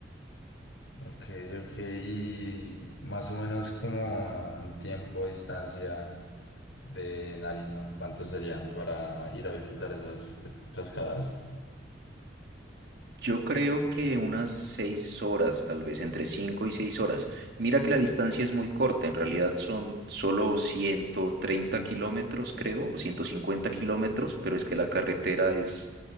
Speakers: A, on the left; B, on the right.
A: Ok, ok, y más o menos como en tiempo, distancia de Nariño, ¿cuánto sería para ir a visitar esas cascadas?
B: Yo creo que unas seis horas, tal vez, entre cinco y seis horas. Mira que la distancia es muy corta, en realidad son solo 130 kilómetros, creo, o 150 kilómetros, pero es que la carretera es